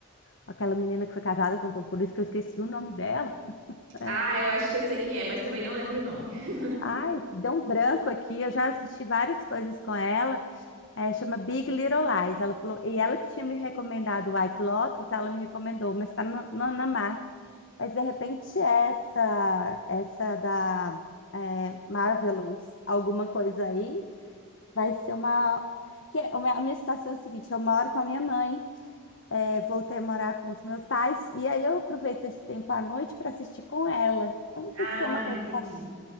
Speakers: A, on the left; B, on the right.
A: com aquela menina que foi casada com o Tom Cruise, que eu esqueci o nome dela. É.
B: Ah, eu acho que eu sei quem é, mas também não lembro o nome. <laughs>
A: Ai, deu um branco aqui, eu já assisti várias coisas com ela, É, chama Big Little Lies. Ela falou, e ela que tinha me recomendado White Lotus, ela me recomendou, mas está no, no, na Max. Mas de repente essa, essa da é, Marvelous, alguma coisa aí, vai ser uma. Porque a minha situação é a seguinte: eu moro com a minha mãe, é, voltei a morar com os meus pais, e aí eu aproveito esse tempo à noite para assistir com ela. Então tem
B: Ah,
A: que ser uma coisa
B: entendi.